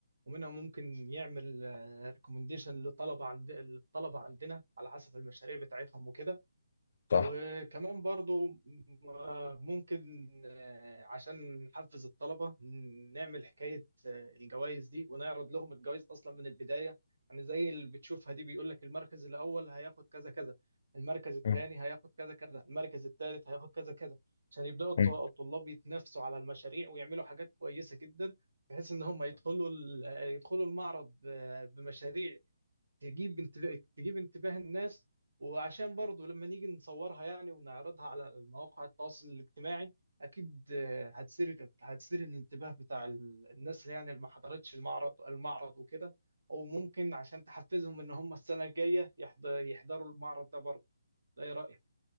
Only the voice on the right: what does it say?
ومنها ممكن يعمل ريكومنديشن لطلبة عند الطلبة عندنا على حسب المشاريع بتاعتهم وكده
وكمان برضو م- آه، ممكن آه، عشان نحفز الطلبة ن- نعمل حكاية آه، الجوائز دي ونعرض لهم الجوائز أصلا من البداية يعني زي اللي بتشوفها دي بيقول لك المركز الأول هياخد كذا كذا المركز الثاني
هياخد كذا كذا المركز الثالث هياخد كذا كذا عشان يبدأوا الط-
الطلاب يتنافسوا على المشاريع ويعملوا حاجات كويسة جدا بحيث إن هم يدخلوا ال- آه، يدخلوا المعرض آه، بمشاريع تجيب انتباه تجيب انتباه الناس وعشان برضو لما نيجي نصورها يعني ونعرضها على مواقع التواصل الاجتماعي اكيد آه، هتثير هتثير الانتباه بتاع ال- الناس اللي يعني اللي ما حضرتش المعرض المعرض وكده او ممكن عشان تحفزهم ان هم السنة الجاية يحض- يحضروا المعرض ده برضه ده ايه رأيك